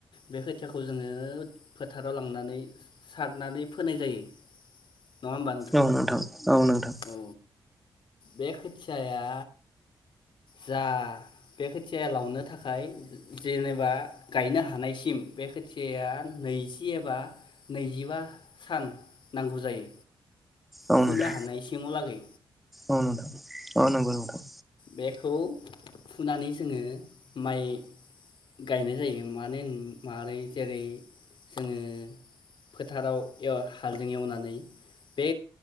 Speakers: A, on the left (about 65°); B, in the centre.
A: बे खोथियाखौ जोङो फोथाराव लांनानै सारनानै फोनाय जायो। नङा होमबा
B: औ नोंथां औ नोंथां।
A: औ बे खोथियाया जा बे खोथिया लावनो थाखाय जेनेबा गायनो हानायसिम बे खोथियाया नैजि एबा नैजिबा सान नांगौ जायो।
B: औ
A: फुनो
B: नोंथां
A: हानाय सिङाव लागै
B: औ नोंथां औ नोंगौ नोंथां।
A: बेखौ फुनानै जोङो माइ गायनाय जायो मानो होन मोरै जेरै जोङो फोथाराव एव हालजों एवनानै बे